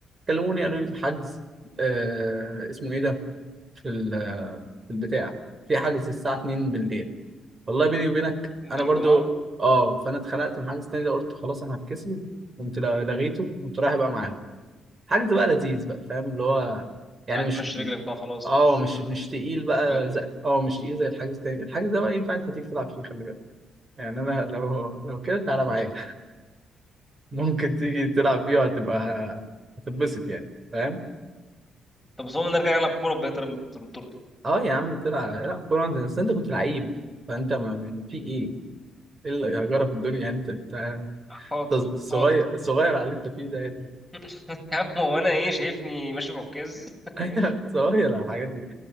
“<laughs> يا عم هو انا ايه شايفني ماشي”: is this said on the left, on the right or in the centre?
Centre